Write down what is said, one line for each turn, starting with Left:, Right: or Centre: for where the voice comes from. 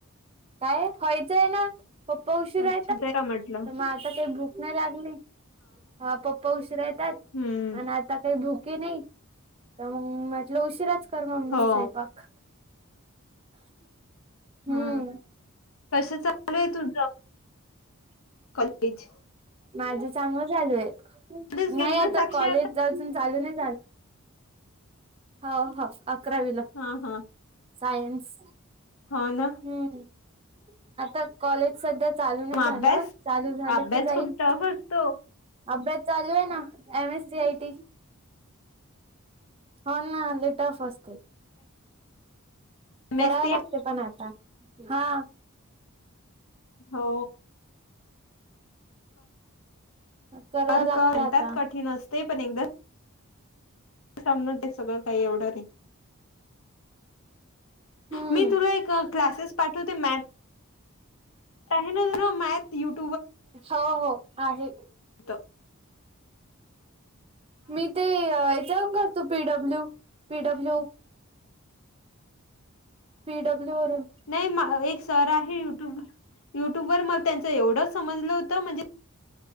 Right: काय व्हायचं आहे ना पप्पा उशीर
Left: तुला
Right: येतात
Left: का म्हटलं
Right: तर मग आता काही भूक नाही लाग. हा पप्पा उशीरा येतात
Left: हम्म
Right: आणि आता काही भूक की नाही तर मग म्हटलं उशिराच कर मम्मीला
Left: हो
Right: स्वैपाक
Left: हा
Right: हम्म.
Left: कसं चालू आहे तुझ कॉलेज.
Right: माझं चांगलं चालूय
Left: मध्येच गेली
Right: नाही आता
Left: ना साक्षी
Right: कॉलेज अजून चालू नाही. हो अकरावीला
Left: हा हा
Right: सायन्स.
Left: हो ना
Right: हम्म आता कॉलेज सध्या चालू नाही
Left: मग
Right: झालं
Left: अभ्यास
Right: चालू झालं
Left: अभ्यास
Right: की जाईल
Left: खूप टफ असतो
Right: अभ्यास. चालू आहे ना एमएस सी आय टी हो नाले टफ असते
Left: एम
Right: कराव
Left: एस सी
Right: लागते पण आत. हां
Left: हो
Right: कराव
Left: तर
Right: लागत
Left: का म्हणतात
Right: आता
Left: कठीण असते पण एकदा सम ते सगळं काही एवढं नाही.
Right: हम्म
Left: मी तुला एक क्लासेस. पाठवते मॅप. <unintelligible> <unintelligible>
Right: हो हो आहे.
Left: तर
Right: मी ते याच्या वरून करतो पीडब्ल्यू पीडब्ल्यू पीडब्ल्यू वरून
Left: नाही एक सर आहे युट्यूब युट्यूब वर मला त्यांच एवढंच समजलं होतं म्हणजे